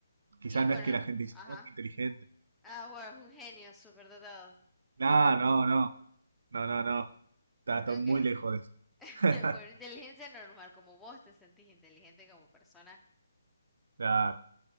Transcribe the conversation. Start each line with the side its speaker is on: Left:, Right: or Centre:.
Right: quizás
Centre: Y bueno,
Right: no es que la gente dice,
Centre: ajá.
Right: no, qué inteligente.
Centre: Ah, bueno, es un genio superdotado.
Right: No, no, no, no, no, no. Está, estoy
Centre: Okay.
Right: muy lejos de eso.
Centre: <laughs>
Right: <laughs>
Centre: Bueno, inteligencia normal, como vos te sentís inteligente como persona.
Right: Claro.